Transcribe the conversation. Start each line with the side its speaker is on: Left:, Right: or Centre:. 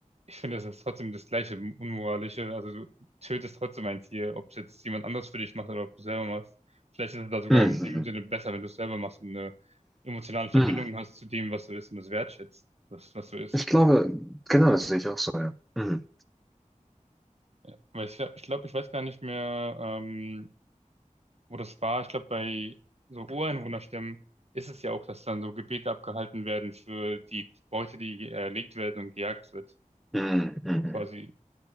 Right: ich finde, das ist trotzdem das gleiche Unmoralische. Also du tötest trotzdem ein Tier, ob es jetzt jemand anders für dich macht oder ob du selber machst. Vielleicht ist es da sogar
Centre: hm,
Right: in
Centre: hm,
Right: dem
Centre: hm.
Right: Sinne besser, wenn du es selber machst und eine emotionale Verbindung
Centre: hm.
Right: hast zu dem, was du isst und es wertschätzt, was, was du isst.
Centre: Ich glaube, genau, das sehe ich auch so, ja. Hm,
Right: Ja, weil ich glaube, ich, glaub, ich weiß gar nicht mehr, ähm, wo das war, ich glaube, bei so Ureinwohnerstämmen ist es ja auch, dass dann so Gebete abgehalten werden für die Beute, die erlegt werden und gejagt wird.
Centre: hm, hm, hm. hm.
Right: Quasi.